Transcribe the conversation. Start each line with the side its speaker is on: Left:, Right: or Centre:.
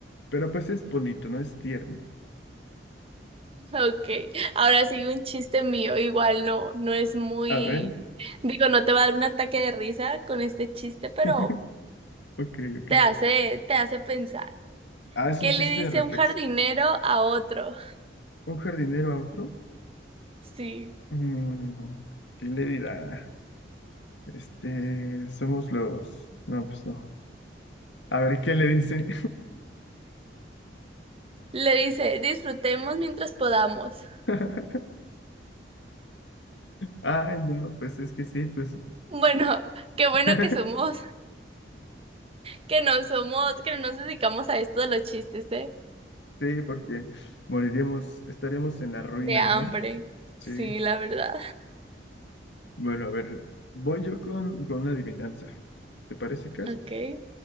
Left: pero pues es bonito, ¿no? Es tierno.
Right: Ok, ahora sigue un chiste mío. Igual no, no es muy...
Left: A ver,
Right: Digo, no te va a dar un ataque de risa con este chiste, pero
Left: <laughs> ok, ok.
Right: te hace, te hace pensar.
Left: Ah, es
Right: ¿Qué
Left: un chiste
Right: le dice
Left: de reflex.
Right: un jardinero a otro? <laughs>
Left: ¿Un jardinero a otro?
Right: Sí.
Left: Mm, ¿qué le dirá? Este, somos los... No, pues no. A ver, ¿qué le dice?
Right: Le dice, disfrutemos mientras podamos. <laughs>
Left: <laughs> Ay, no, pues es que sí, pues
Right: Bueno, qué
Left: <laughs>
Right: bueno que somos, que no somos, que no nos dedicamos a esto de los chistes, ¿eh?
Left: sí, porque moriríamos, estaríamos en la ruina,
Right: De hambre.
Left: ¿no? Sí.
Right: Sí, la verdad.
Left: Bueno, a ver, voy yo con, con una adivinanza. ¿Te parece, Cas?
Right: Ok.